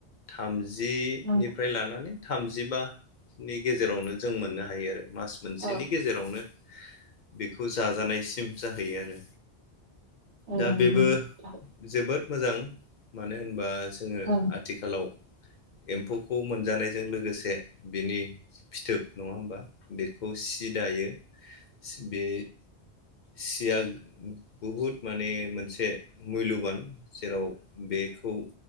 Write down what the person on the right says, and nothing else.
नंगौ
औ
औ
नोंखौ
नोंथां
औ नंगौ